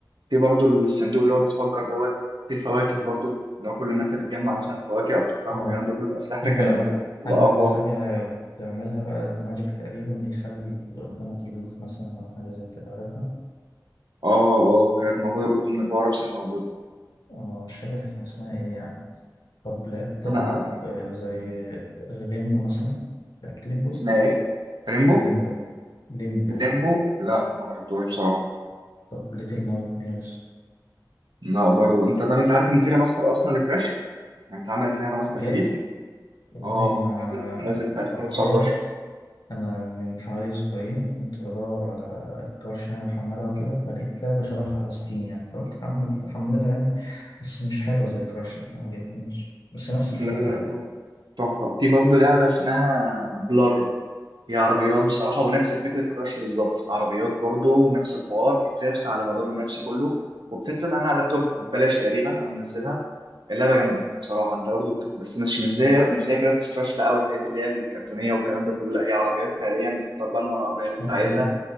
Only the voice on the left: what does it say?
أه
في
بقى
حاجة
حاجة بتعملها بقى ماجيك تقريبا بيخلي اللي قدامك يدوخ مثلا أو حاجة زي كده عارفها
أه مش فاكر كان اسمها إيه يعني طب لعبت
ألعاب آه، زي آه، ليمبو مثلا لعبت ليمبو
ليمبو ليمبو
طب ليتل نايت ميرز
بجد
والله
أنا
حرفيا أنا من حوالي أسبوعين كنت بدور على كراش يعني بحملها وكده فلقيت لعبة شبهها على ستيم يعني فقلت حمل أحملها يعني بس مش حلوة زي كراش يعني ما عجبتنيش بس نفس الفكرة
يعني
امم